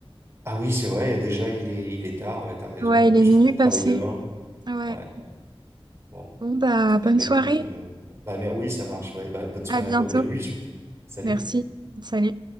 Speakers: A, on the right; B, on the right.
A: Ah oui, c'est vrai, déjà il est il est tard, ouais, t'as raison.
B: Ouais,
A: En plus,
B: il est minuit
A: faut qu'on travaille
B: passé.
A: demain.
B: Ouais.
A: Ouais. Bon,
B: Bon bah bonne
A: bah
B: soirée.
A: écoute, euh, bah mais oui, ça marche. Ouais, bah bonne soirée
B: À bientôt.
A: à toi, bonne nuit surtout. Salut.
B: Merci. Salut.